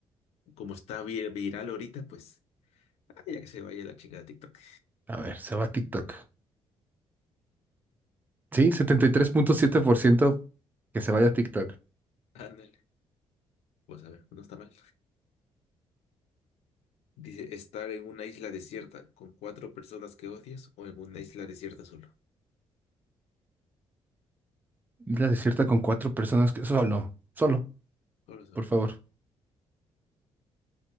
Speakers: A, on the left; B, on the right.
A: como está vi- viral ahorita, pues, ah, ya que se vaya la chingada de TikTok.
B: A ver, se va a TikTok. Sí, setenta y tres punto siete por ciento que se vaya a TikTok.
A: Ándale, pues a ver, no está mal. Dice, estar en una isla desierta con cuatro personas que odias o en una isla desierta solo.
B: Isla desierta con cuatro personas que... Solo, solo,
A: Solo, solo.
B: por favor.